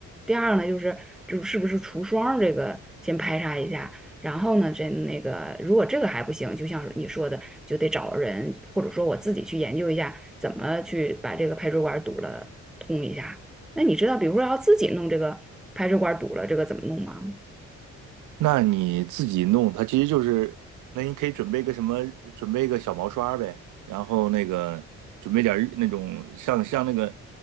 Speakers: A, in the centre; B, on the right (about 80°).
A: 第二呢就是就是不是除霜这个先排查一下，然后呢这那个如果这个还不行，就像是你说的，就得找人或者说我自己去研究一下怎么去把这个排水管堵了通一下。那你知道，比如说要自己弄这个排水管堵了，这个怎么弄吗？
B: 那你自己弄，它其实就是，那你可以准备个什么，准备个小毛刷呗，然后那个准备点儿那种像像那个